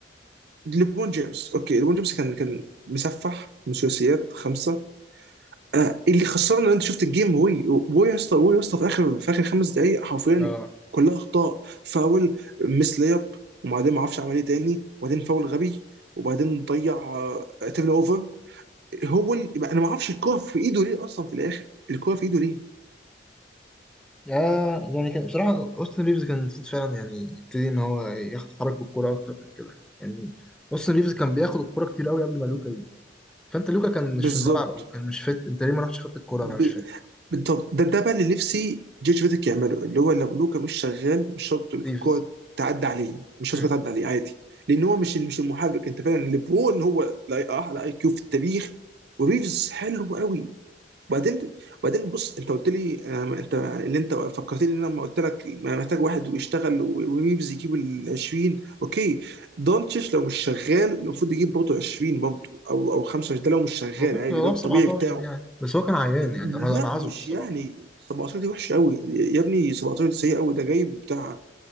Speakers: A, on the right (about 60°); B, in the centre.
A: ليبرون جيمس اوكي ليبرون جيمس كان كان مسفح من ثلاثيات خمسه آه اللي خسرنا ان انت شفت الجيم وي وي يا اسطى وي يا اسطى في اخر في اخر خمس دقائق حرفيا
B: اه
A: كلها اخطاء فاول مس لياب وبعدين ما اعرفش عمل ايه تاني وبعدين فاول غبي وبعدين ضيع تيرن اوفر هو ال- انا ما اعرفش الكوره في ايده ليه اصلا في الاخر الكوره في ايده ليه
B: يا يعني كان بصراحه اوستن ريفز كان المفروض فعلا يعني يبتدي ان هو يتحرك بالكوره اكتر من كده يعني اوستن ريفز كان بياخد الكوره كتير قوي قبل ما لوكا يجي فانت لوكا كان
A: بالظبط
B: مش في الملعب او كان مش فت انت ليه ما رحتش خدت الكوره
A: ب...
B: انا مش فاهم
A: بالضبط ده ده بقى اللي نفسي جورج فيديك يعمله اللي هو لو لوكا مش شغال مش شرط الكوره
B: ريفز
A: تعدي عليه مش شرط
B: امم
A: الكرة تعدي عليه عادي لان هو مش مش المحرك انت فعلا ليبرون هو لا- اعلى اي كيو في التاريخ وريفز حلو قوي وبعدين وبعدين بص انت قلت لي آه، انت اللي انت فكرتني ان انا لما قلت لك ما محتاج واحد ويشتغل و- وريفز يجيب ال 20 اوكي دونتش لو مش شغال المفروض يجيب برضه 20 برضه او او 25 ده لو مش شغال
B: هو جاب
A: عادي
B: هو
A: ده الطبيعي
B: 17
A: بتاعه
B: يعني بس هو كان عيان يعني
A: لا
B: انا انا عذره
A: مش
B: الصراحه
A: يعني 17 دي وحشه قوي يا ابني 17 دي سيئه قوي ده جايب بتاع